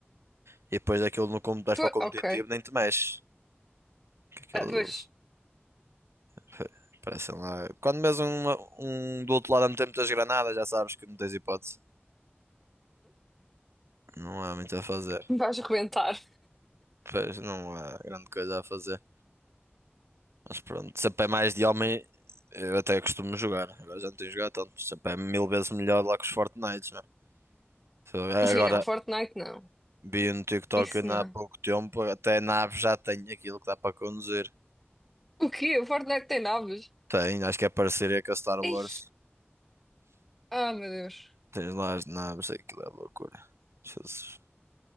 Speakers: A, on the right (about 90°); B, in the centre.
A: E depois daquilo no como vais
B: Po-
A: para o competitivo
B: ok.
A: nem te mexes. Que aqueles
B: Ah, pois,
A: <laughs> parecem lá. Quando mesmo um, um do outro lado a meter muitas granadas, já sabes que não tens hipótese. Não há muito a fazer.
B: me vais rebentar.
A: Pois não há grande coisa a fazer. Mas pronto, se a pé é mais de homem, eu até costumo jogar. Agora já não tenho jogado tanto, mas se a pé é mil vezes melhor lá que os Fortnites, não é? Se eu-
B: Sim,
A: Agora
B: não, Fortnite não.
A: vi no TikTok
B: Isso
A: ainda
B: não.
A: há pouco tempo, até a nave já tem aquilo que dá para conduzir.
B: O quê? O Fortnite tem naves?
A: Tem, acho que é parceria com a Star Wars.
B: Ei. Ah, meu Deus.
A: Tens lá as naves, aquilo é loucura. Jesus,